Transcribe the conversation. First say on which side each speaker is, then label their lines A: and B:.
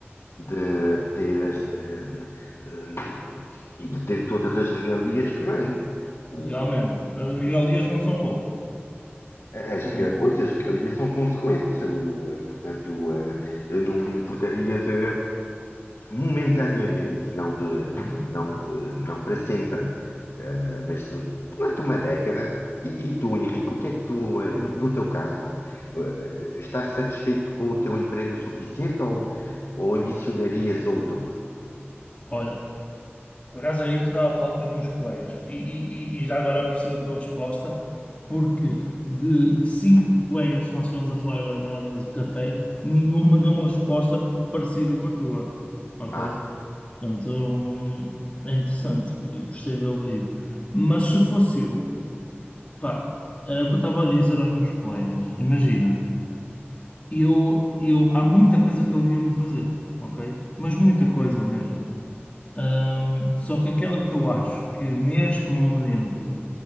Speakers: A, on the left; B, on the left.
A: de ter as, eh, eh, e de ter todas as regalias que vêm. O,
B: Realmente, as regalias não são poucas.
A: As regras,
B: Não são
A: pois,
B: poucas.
A: as regalias são consequentes, o, eh, portanto, eh, eu não me importaria de, momentaneamente, não, de,
B: Uhum.
A: não, de- não para sempre, eh, mas de- durante uma década. E, e tu, Henrique, o que é que tu, eh, no, no teu caso, eh, estás satisfeito com o teu emprego suficiente ou, ou ambicionarias outro?
B: Olha, Por acaso era isso que eu estava a falar com os meus colegas. E, e- e- e já agora aprecio a tua resposta, porque de cinco colegas que nós estivemos a falar agora na hora do café, nenhuma deu uma resposta parecida com a tua. Ok?
A: Ah,
B: Portanto, hum, é interessante, gostei de ouvir. Mas se fosse eu, pá, era o que eu estava a dizer aos meus colegas. Imagina, eu, eu, há muita coisa que eu ia-me fazer, ok? Mas muita coisa mesmo. Ahm, só que aquela que eu acho que neste momento